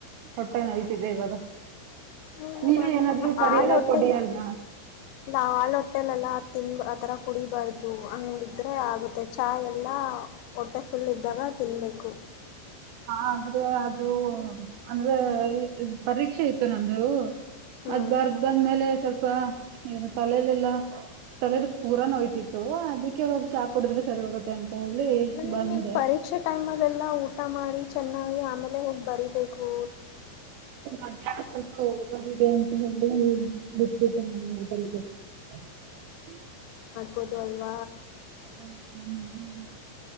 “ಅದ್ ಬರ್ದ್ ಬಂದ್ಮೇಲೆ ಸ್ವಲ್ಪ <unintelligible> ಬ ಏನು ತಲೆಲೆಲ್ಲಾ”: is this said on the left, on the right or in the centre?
Right